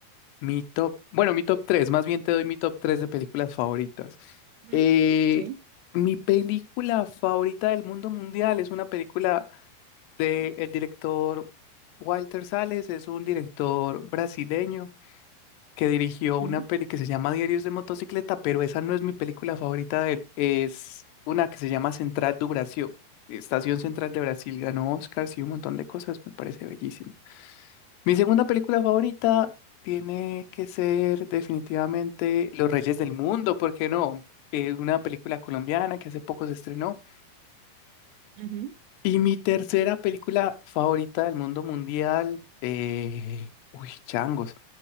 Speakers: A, on the left; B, on the right.
A: mi top, bueno, mi top 3, más bien te doy mi top 3 de películas favoritas.
B: ujú,
A: Eh,
B: Sí.
A: mi película favorita del mundo mundial es una película de el director Walter Salles, es un director brasileño que dirigió
B: ujú,
A: una peli que se llama Diarios de Motocicleta, pero esa no es mi película favorita de él. Es una que se llama Central do Brasil. Estación Central de Brasil ganó Oscars y un montón de cosas, me parece bellísimo. Mi segunda película favorita tiene que ser definitivamente Los Reyes del Mundo, ¿por qué no? Eh, una película colombiana que hace poco se estrenó.
B: ujú.
A: Y mi tercera película favorita del mundo mundial, eh, uy, changos.